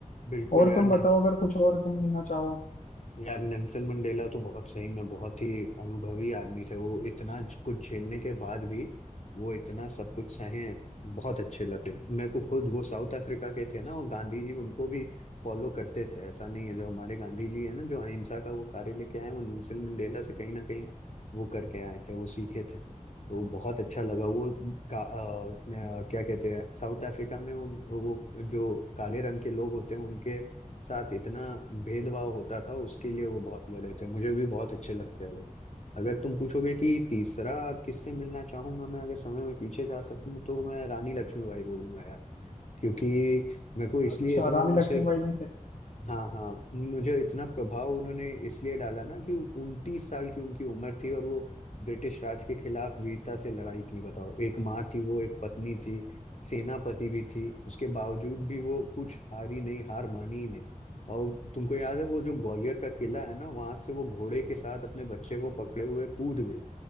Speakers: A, on the left; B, on the left.
A: बिल्कुल
B: और
A: यार
B: तुम बताओ अगर कुछ और तुम मिलना चाहो
A: यार नेल्सन मंडेला तो बहुत सही में बहुत ही अनुभवी आदमी थे वो इतना कुछ झेलने के बाद भी वो इतना सब कुछ सहे बहुत अच्छे लगे मेरे को खुद वो साउथ अफ्रीका के थे ना और गांधी जी उनको भी फॉलो करते थे ऐसा नहीं है जो हमारे गांधी जी है ना जो अहिंसा का वो कार्य लेके आए वो नेल्सन मंडेला से कहीं ना कहीं वो करके आए थे वो सीखे थे तो बहुत अच्छा लगा वो का, अ, क्या कहते हैं साउथ अफ्रीका में उन वो जो काले रंग के लोग होते हैं उनके साथ इतना भेदभाव होता था उसके लिए वो बहुत लड़े थे मुझे भी बहुत अच्छे लगते हैं वो अगर तुम पूछोगे कि तीसरा किससे मिलना चाहूंगा मैं अगर समय में पीछे जा सकूं तो मैं रानी लक्ष्मीबाई बोलूंगा यार क्योंकि मेरे को इसलिए
B: अच्छा
A: इतना
B: रानी
A: उनसे
B: लक्ष्मीबाई जी से
A: हाँ हाँ मुझे इतना प्रभाव उन्होंने इसलिए डाला ना कि उनतीस साल की उनकी उम्र थी और वो ब्रिटिश राज के खिलाफ वीरता से लड़ाई की बताओ एक माँ थी वो एक पत्नी थी सेनापति भी थी उसके बावजूद भी वो कुछ हारी नहीं हार मानी ही नहीं और तुमको याद है वो जो ग्वालियर का किला है ना वहां से वो घोड़े के साथ अपने बच्चे को पकड़े हुए कूद गई